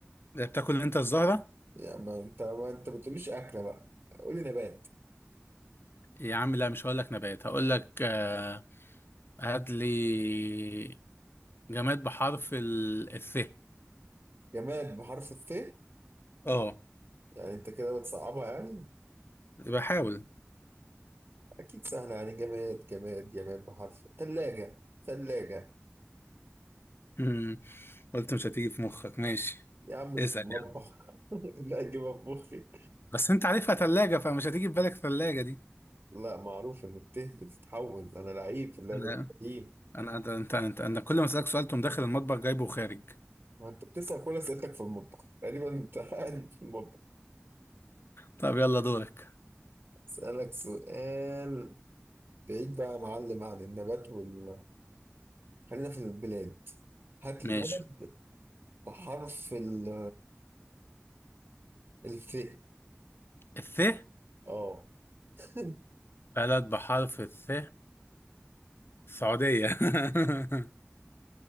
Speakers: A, on the left; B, on the right.
A: بتاكل انت الزهرة
B: يعني ما أنت ما أنت ما بتقوليش أكلة بقى قولي نبات
A: يا عم لا مش هقول لك نبات هقول لك آه، هات لي جماد بحرف ال الث
B: جماد بحرف الث
A: اه
B: يعني أنت كده بتصعبها يعني
A: بحاول
B: أكيد سهل يعني جماد جماد جماد بحرف ثلاجة ثلاجة
A: مم. قلت مش هتيجي في مخك ماشي
B: يا عم دي
A: اسأل
B: في المطبخ
A: يعني
B: <laughs> لا أجيبها في مخي
A: بس انت عارفها ثلاجة فمش هتيجي في بالك ثلاجة دي
B: لا معروف إن الته بتتحول أنا لعيب في اللعبة
A: لا
B: دي قديم
A: انا ده انت انت انا كل ما اسألك سؤال تقوم داخل المطبخ جايبه وخارج
B: ما أنت بتسأل كل أسئلتك في المطبخ تقريبا أنت <laughs> قاعد في المطبخ
A: طب يلا دورك
B: أسألك سؤال بعيد بقى يا معلم عن النبات وال خلينا في البلاد هات
A: ماشي
B: لي بلد بحرف ال الف
A: الث
B: اه <laughs>
A: بلد بحرف الث السعودية <laughs>